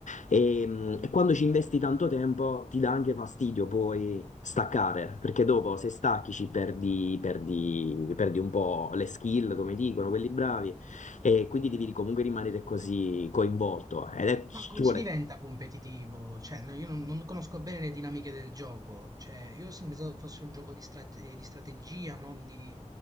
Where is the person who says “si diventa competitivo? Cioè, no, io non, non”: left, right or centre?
Right